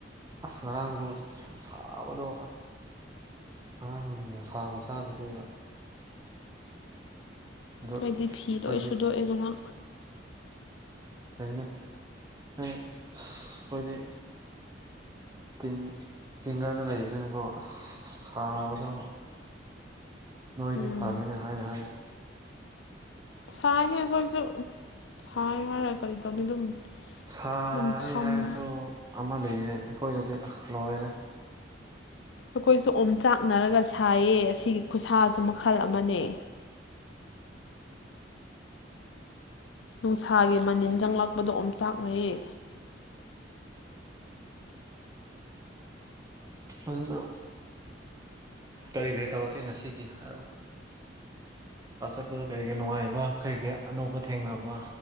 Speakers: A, on the right; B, on the left.
A: ꯑꯁ ꯉꯔꯥꯡꯗꯣ ꯁꯨꯡꯁꯥꯕꯗꯣ ꯉꯔꯥꯡ ꯅꯨꯡꯁꯥ ꯈꯨꯁꯥꯗꯨꯗꯤ ꯑꯗꯣ
B: ꯍꯥꯏꯗꯤ ꯐꯤ
A: ꯑꯩꯈꯣꯏꯗꯤ
B: ꯂꯣꯏ ꯁꯨꯗꯣꯛꯑꯦꯗꯅ
A: ꯐꯩꯌꯦ ꯑꯩꯈꯣꯏꯗꯤ ꯇꯤꯟ ꯆꯤꯡꯒꯗ ꯂꯩꯕꯅꯤꯅꯀꯣ ꯑꯁ ꯁꯥꯕꯗꯣ ꯅꯣꯏꯗꯤ
B: ꯎꯝ
A: ꯐꯔꯦꯅꯦ ꯍꯥꯏꯅ ꯍꯥꯏꯅ
B: ꯁꯥꯏꯍꯦ ꯑꯩꯈꯣꯏꯁꯨ ꯁꯥꯏ ꯍꯥꯏꯔꯒ ꯀꯔꯤ ꯇꯧꯅꯤ ꯑꯗꯨꯝ
A: ꯁꯥꯏ
B: ꯑꯗꯨꯝ ꯐꯝꯃꯦ
A: ꯍꯥꯏꯔꯁꯨ ꯑꯃ ꯂꯩꯌꯦ ꯑꯩꯈꯣꯏꯗꯗꯤ ꯂꯣꯏꯔꯦ
B: ꯑꯩꯈꯣꯏꯁꯨ ꯑꯣꯝ ꯆꯥꯛꯅꯔꯒ ꯁꯥꯏꯌꯦ ꯑꯁꯤꯒꯤ ꯈꯨꯁꯥꯁꯨ ꯃꯈꯜ ꯑꯃꯅꯦ ꯅꯨꯡꯁꯥꯒꯤ ꯃꯅꯤꯟ ꯆꯪꯂꯛꯄꯗꯣ ꯑꯣꯝꯆꯥꯛꯅꯩꯌꯦ
A: ꯑꯗꯨꯅ ꯀꯔꯤ ꯀꯔꯤ ꯇꯧꯔꯛꯀꯦ ꯉꯁꯤꯒꯤ ꯍꯥꯏꯔꯛꯑꯣ ꯆꯠꯄꯗ ꯀꯔꯤꯒꯤ ꯅꯨꯡꯉꯥꯏꯕ ꯀꯔꯤꯒꯤ ꯑꯅꯧꯕ ꯊꯦꯡꯅꯕ